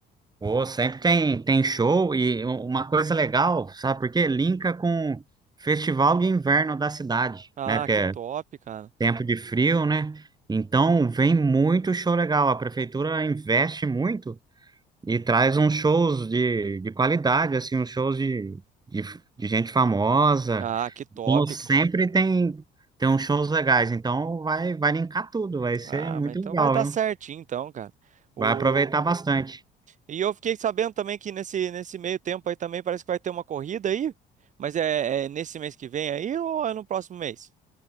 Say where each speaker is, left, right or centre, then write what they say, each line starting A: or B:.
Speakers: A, on the right; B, on the right.
A: pô, sempre tem, tem show e uma coisa legal, sabe por quê? Linka com festival de inverno da cidade,
B: Ah,
A: né? Porque
B: que
A: é
B: top, cara.
A: tempo de frio, né? Então, vem muito show legal. A prefeitura investe muito E traz uns shows de, de qualidade, assim, uns shows de, de, de gente famosa.
B: Ah, que top,
A: Então, sempre
B: cara.
A: tem, tem uns shows legais. Então, vai, vai linkar tudo, vai ser
B: Ah,
A: muito
B: mas então
A: legal,
B: vai dar
A: viu?
B: certinho, então, cara. O...
A: Vai aproveitar bastante.
B: E eu fiquei sabendo também que nesse, nesse meio tempo aí também parece que vai ter uma corrida aí. Mas é, é nesse mês que vem aí ou é no próximo mês?